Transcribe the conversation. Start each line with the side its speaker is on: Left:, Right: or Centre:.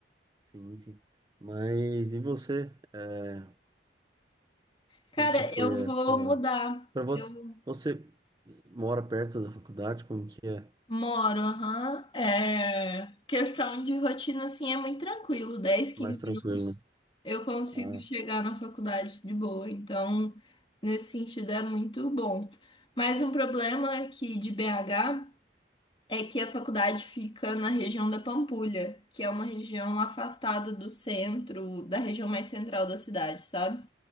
Right: sim, sim. Mas e você? É,
Left: Cara,
Right: Como que foi
Left: eu
Right: essa?
Left: vou mudar.
Right: Para você,
Left: Eu
Right: você mora perto da faculdade? Como que é?
Left: moro, aham. É, questão de rotina, assim, é muito tranquilo. 10, quinze
Right: Mais
Left: minutos
Right: tranquilo, né?
Left: eu consigo
Right: Ah,
Left: chegar na faculdade de boa. Então, nesse sentido, é muito bom. Mas um problema aqui de BH é que a faculdade fica na região da Pampulha, que é uma região afastada do centro, da região mais central da cidade, sabe?